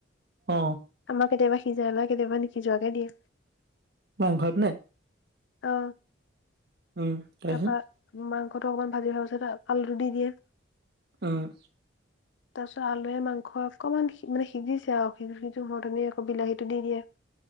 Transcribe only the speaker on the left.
আমাৰ কেতিয়াবা সিজাই বা কেতিয়াবা নিসিজোৱাকে দিয়ে।
অ
তাৰপা মাংসটো অকমান ভাজি হোৱা পাছতে আলুটো দি দিয়ে।
<inaudible> তাৰপিছত আলুৱে মাংস অকণমান মানে সিজিছে আৰু সিজো সিজো হও তেনেতে আকৌ বিলাহীটো দি দিয়ে। <inaudible>